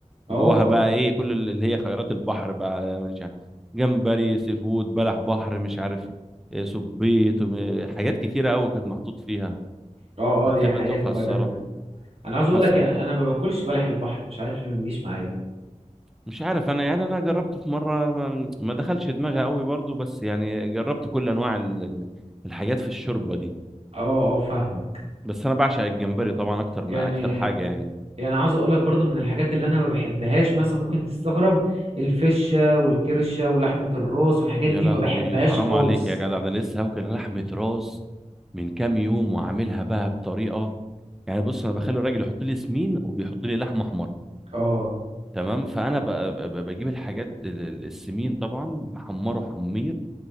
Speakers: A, on the right; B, in the centre.
A: اه
B: جواها بقى ايه كل ال- اللي هي خيرات البحر بقى مش عارف جمبري سي فود بلح بحر مش عارف إيه، صبيط وم- حاجات كتيرة قوي كانت محطوط فيها
A: اه
B: بتبقى
A: اه دي حقيقة
B: تحفة
A: تبقى
B: الصراحة
A: جامدة انا عاوز اقول
B: حصل
A: لك يعني انا ما باكلش بلح البحر مش عارف ليه ما بيجيش معايا
B: مش عارف انا يعني انا جربته في مرة ما, ما دخلش دماغي قوي برضو بس يعني جربت كل انواع ال- ال- الحاجات في الشوربة دي
A: اه اه فاهمك
B: بس انا بعشق الجمبري طبعا اكتر من
A: يعني
B: اكتر حاجة يعني
A: يعني عاوز اقول لك برضو من الحاجات اللي انا ما بحبهاش مثلا ممكن تستغرب الفشة والكرشة ولحمة الراس والحاجات
B: يا
A: دي
B: لهوي
A: ما بحبهاش
B: حرام
A: خالص
B: عليك يا جدع انا لسه واكل لحمة راس من كام يوم وعاملها بقى بطريقة يعني بص انا بخلي الراجل يحط لي سمين وبيحط لي لحمه حمر
A: اه
B: تمام فانا ب- ب- بجيب الحاجات ال- ال- السمين طبعا بحمره حمير